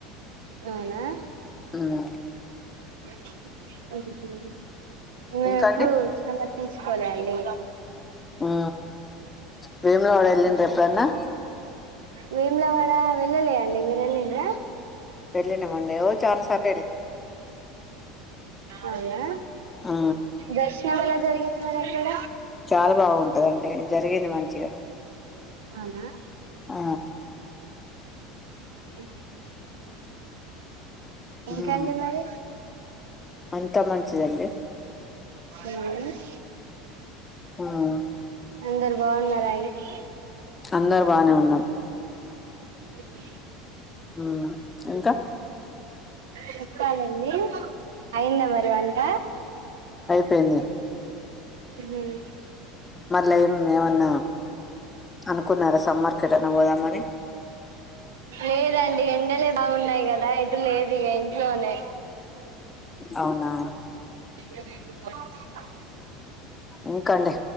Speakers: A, on the right (about 85°); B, on the left (about 20°).
A: అవునా
B: మ్
A: మ్ హూ ఇంక
B: ఇంకా
A: ఎప్పుడు
B: అండి
A: సమర్పించు కోలే అండి
B: ఆ వేములవాడ వెళ్లిండ్రా ఎప్పుడన్నా
A: వేములవాడ వెళ్లలే అండి మీరు వెళ్లిండ్రా
B: వెళ్లినము అండి ఓ చానా సార్
A: అవునా
B: ఆ
A: దర్శనం ఎలా జరిగింది మరక్కడ
B: చాలా బాగుంటదండి జరిగింది మంచిగా
A: అవునా
B: ఆ
A: మ్ హూ ఇంకేంటి
B: ఉమ్
A: మరి
B: అంతా మంచిదండి
A: ఉమ్
B: ఉమ్
A: అందరు బాగున్నారా అండి
B: అందరు బానే ఉన్నాం
A: మ్
B: మ్ ఇంకా
A: చెప్పాలండి అయిందా మరి వంట
B: ఐపీంది
A: హ్మ్
B: లేం ఏమన్నా అనుకున్నారా సమ్మర్ కు ఎటాన్న పోదామని
A: లేదండి ఎండలే బాగున్నాయి కదా ఎటు లేదు ఇగ ఇంట్లోనే
B: అవునా
A: ఇగ దేనితోటి వాడతం మహాబారతం
B: ఇంకండి